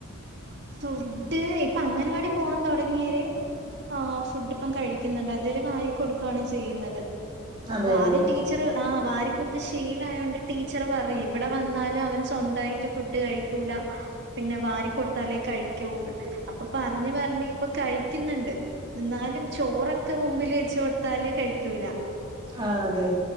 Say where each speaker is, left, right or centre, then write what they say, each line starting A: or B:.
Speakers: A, on the right (about 50°); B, on the right (about 20°).
A: ഫുഡ് ഇപ്പൊ അങ്കനവാടി പോവാൻ തുടങ്ങിയര് ആഹ് ഫുഡ് പ്പം കഴിക്കുന്നുണ്ട്. അതുവരെ വാരി കൊടുക്കുകയാണ് ചെയ്യുന്നത് അപ്പൊ
B: അതെയല്ലേ
A: ആദ്യം ടീച്ചറ് ആ വാരികൊടുത്ത് ഷീലായോണ്ട് ടീച്ചറ് പറയും ഇവിടെ വന്നാലും അവൻ സ്വന്തായിട്ട് ഫുഡ് കഴി ക്കൂല പിന്നെ വാരി കൊടുത്ത് തലേ കഴിക്കൂന്ന് അപ്പൊ പറഞ്ഞ് പറഞ്ഞ് ഇപ്പ കഴിക്കുന്നുണ്ട്. എന്നാലും ചോറൊക്കെ മുമ്പിൽ വച് കൊടുത്താല് കഴിക്കൂല.
B: ആഹ് അതെ